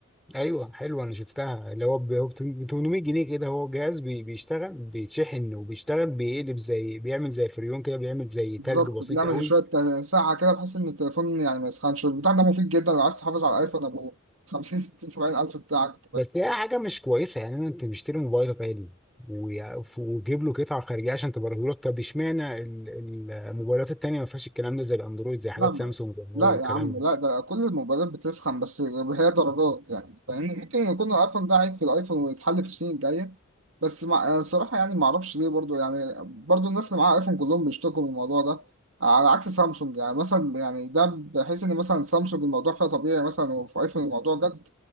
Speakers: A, in the centre; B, on the right.
A: ايوه حلوه انا شفتها اللي هو ب هو بت- ب 800 جنيه كده هو جهاز بي- بيشتغل بيتشحن وبيشتغل بيقلب زي بيعمل زي فريون كده بيعمل زي
B: بالظبط
A: تلج بسيط
B: بنعمل
A: قوي
B: شويه تا- ساعه كده بحيث ان التليفون يعني ما يسخنش والبتاع ده مفيد جدا لو عايز تحافظ على الايفون ابو 50 60 70 الف بتاعك
A: بس هي حاجه مش كويسه يعني انا انت مشتري موبايل غالي ويع- وجيب له قطعه خارجيه عشان تبرده لك طب اشمعنى ال- الموبايلات التانيه ما فيهاش الكلام ده زي الاندرويد زي حاجات
B: لا ما-
A: سامسونج وهواوي
B: لا
A: الكلام
B: يا عم
A: ده
B: لا ده كل الموبايلات بتسخن بس هي درجات يعني فاهمني ممكن يكون الايفون ده عيب في الايفون ويتحل في السنين الجايه بس مع آه، صراحه يعني ما اعرفش ليه برضو يعني برضو الناس اللي معاها ايفون كلهم بيشتكوا من الموضوع ده على عكس سامسونج يعني مثلا يعني ده بحيث ان مثلا سامسونج الموضوع فيها طبيعي مثلا وفي ايفون الموضوع جد